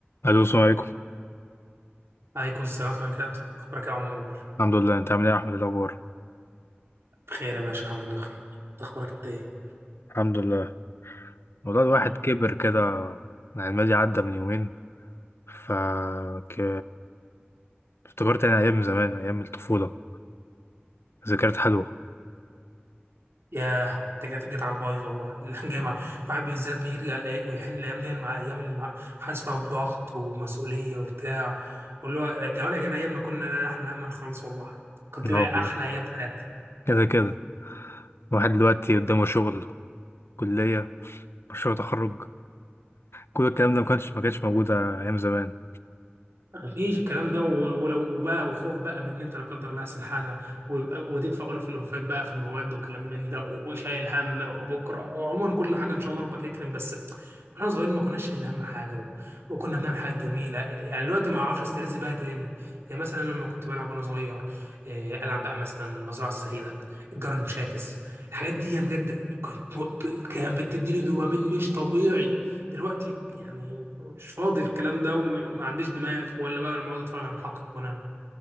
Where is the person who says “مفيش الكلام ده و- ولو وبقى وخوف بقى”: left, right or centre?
Right